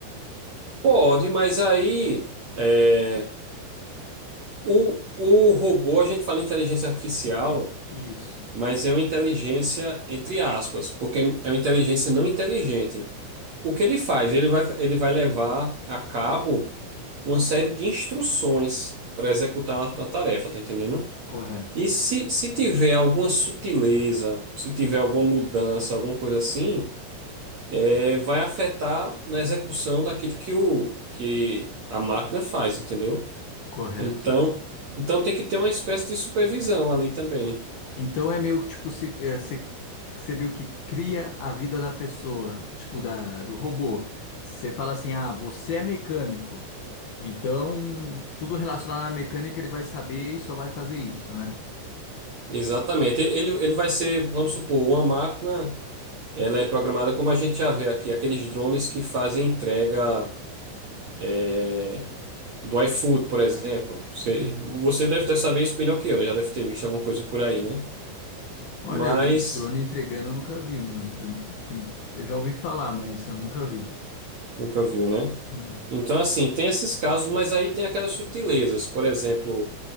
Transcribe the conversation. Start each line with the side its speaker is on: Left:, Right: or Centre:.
Right: Pode, mas aí é, o, o robô, a gente fala inteligência artificial,
Left: Isso.
Right: mas é uma inteligência entre aspas, porque é uma inteligência não inteligente. O que ele faz? Ele vai, ele vai levar a cabo uma série de instruções para executar a uma tarefa, tá entendendo?
Left: Correto,
Right: E se, se tiver alguma sutileza, se tiver alguma mudança, alguma coisa assim, é, vai afetar na execução daquilo que, o, que a máquina faz, entendeu?
Left: correto.
Right: Então, então tem que ter uma espécie de supervisão ali também.
Left: Então é meio que tipo, se, é, se- você meio que cria a vida da pessoa, tipo, da, do robô. Você fala assim, ah, você é mecânico. Então, tudo relacionado à mecânica ele vai saber e só vai fazer isso, né?
Right: Exatamente. Ele, ele vai ser, vamos supor, uma máquina, ela é programada como a gente já vê aqui, aqueles drones que fazem entrega é, do iFood, por exemplo. Você,
Left: Uhum.
Right: você deve ter saber isso melhor que eu, né? já deve ter visto alguma coisa por aí, né?
Left: Olha,
Right: Mas
Left: do- drone entregando eu nunca vi, mano. Prim- prim- Eu já ouvi falar, mas eu nunca vi.
Right: nunca viu, né?
Left: Não.
Right: Então, assim, tem esses casos, mas aí tem aquelas sutilezas. Por exemplo,